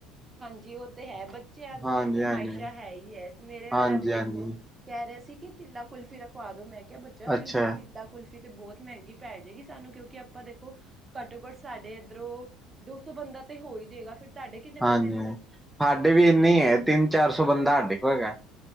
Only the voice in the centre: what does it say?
ਹਾਂਜੀ,
ਹਾਂਜੀ,
ਹਾਂਜੀ,
ਹਾਂਜੀ,
ਅੱਛਾ,
ਸਾਡੇ
ਵੀ ਇੰਨੀ ਹੈ, ਤਿੰਨ ਚਾਰ ਸੌ ਬੰਦਾ ਸਾਡੇ ਕੋਲ, ਹੈਗਾ